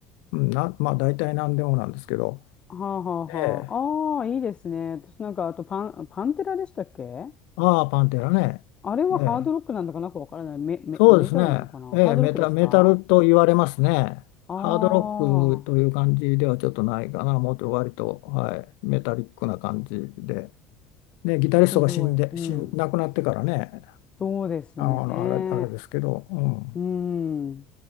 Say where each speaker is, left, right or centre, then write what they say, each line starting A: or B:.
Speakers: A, on the left; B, on the left.
A: うんなまあ、大体何でもなんですけど、
B: はあはあはあ。
A: ええ、
B: ああ、いいですね。私なんか、あとパン、パンテラでしたっけ
A: ああ、パンテラね、
B: あれはハードロックなんだかなんかわからない。
A: ええ、
B: メ、メ、
A: そうですね、
B: メタルなのかなハードロックですか
A: ええ、メタ、メタルと言われますね。
B: ああ
A: ハードロックという感じではちょっとないかな、もっと割と、はい、メタリックな感じで、で、ギタリストが死んで、
B: ー、すごい。うん。
A: 死ん、亡くなってからね、
B: そうですね。
A: あの、あれ、あれですけど、うん、
B: うん。